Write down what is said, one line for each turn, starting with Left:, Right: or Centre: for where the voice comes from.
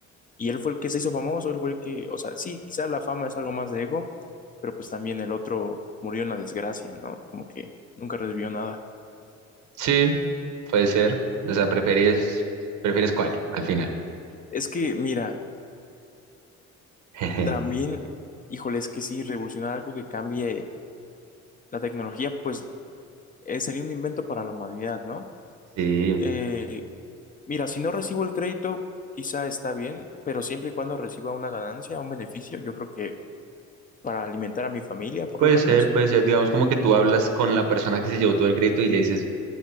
Left: y él fue el que se hizo famoso, él fue el que, o sea, sí, quizás la fama es algo más de ego, pero pues también el otro murió en la desgracia, ¿no? Como que nunca recibió nada.
Right: Sí, puede ser. O sea, prefieres, prefieres cuál al final.
Left: Es que, mira,
Right: <laughs>
Left: también, híjole, es que sí, revolucionar algo que cambie la tecnología, pues eh, sería un invento para la humanidad, ¿no?
Right: Sí,
Left: Eh, mira, si no recibo el crédito, quizá está bien, pero siempre y cuando reciba una ganancia, un beneficio, yo creo que para alimentar a mi familia, por
Right: puede
Left: lo menos.
Right: ser, puede ser. Digamos como que tú
Left: eh,
Right: hablas con la persona que se llevó todo el crédito y le dices,